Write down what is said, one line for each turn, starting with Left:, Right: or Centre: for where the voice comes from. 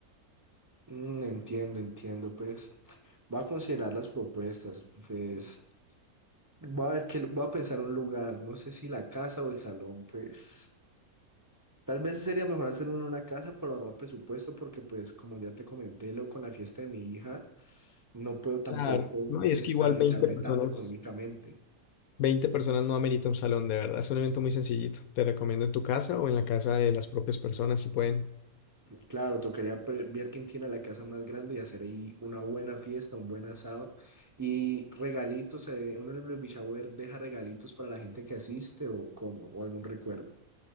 Right: Mm, entiendo, entiendo, pues va a considerar las propuestas, pues va a ver que va a pensar un lugar, no sé si la casa o el salón, pues tal vez sería mejor hacerlo en una casa para ahorrar presupuesto, porque pues como ya te comenté, lo con la fiesta de mi hija, no puedo tampoco
Left: Claro, no, y
Right: desestabilizarme
Left: es que igual 20 personas,
Right: tanto económicamente.
Left: 20 personas no amerita un salón, de verdad, es un evento muy sencillito. Te recomiendo en tu casa o en la casa de las propias personas si pueden.
Right: Claro, tocaría pre- ver quién tiene la casa más grande y hacer ahí una buena fiesta, un buen asado. Y regalitos, eh, uno en el baby shower deja regalitos para la gente que asiste o cómo, o algún recuerdo.